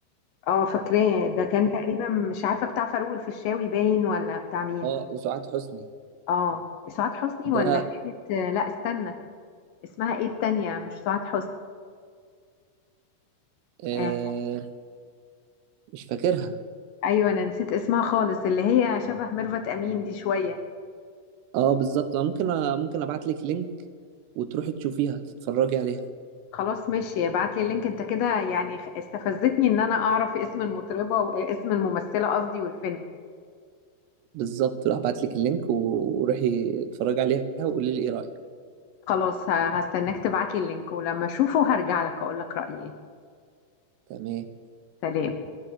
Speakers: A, on the left; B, on the right.
A: اه فاكراه ده كان تقريبا مش عارفه بتاع فاروق الفيشاوي باين ولا بتاع مين
B: اه وسعاد حسني
A: اه سعاد حسني ولا
B: ده
A: كانت آه، لا استنى اسمها ايه التانية مش سعاد حسني
B: آه
A: آه
B: مش فاكرها
A: ايوه انا نسيت اسمها خالص اللي هي شبه ميرفت امين دي شويه
B: اه بالظبط آه، ممكن ممكن ابعت لك لينك وتروحي تشوفيها تتفرجي عليها
A: خلاص ماشي ابعت لي اللينك انت كده يعني خ- استفزتني ان انا اعرف اسم المطربة واسم الممثلة قصدي والفيلم
B: بالظبط هبعت لك اللينك و- وروحي اتفرجي عليها وقولي لي ايه رأيك
A: خلاص ه- هستناك تبعت لي اللينك ولما اشوفه هرجع لك اقول لك رأيي ايه
B: تمام
A: سلام